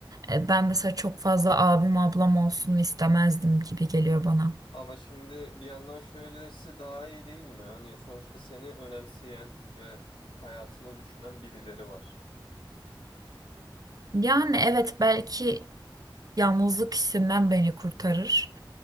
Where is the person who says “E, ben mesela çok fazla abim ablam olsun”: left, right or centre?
Right